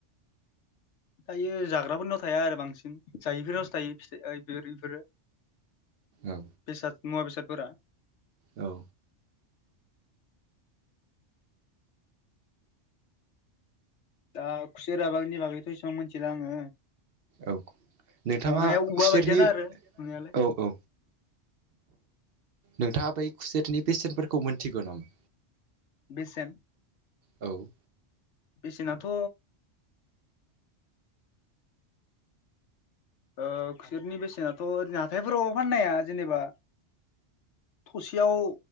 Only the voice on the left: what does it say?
दायो जाग्राफोरनाव थाया आरो बांसिन जायैफोरनावसो थायो फिथाइफोर बेफोरो
बेसाद मुवा बेसाद फोरा
दा खुसे रभागनि बागैथ' इसेबां मिथिला आङो।
नुनायाव औवा
बायदियानो आरो नुनायालाय
बेसेन
बेसेनाथ' ओ खुसेरनि बेसेनाथ' ओरैनो हाथायफोराव फाननाया जेनेबा थसेयाव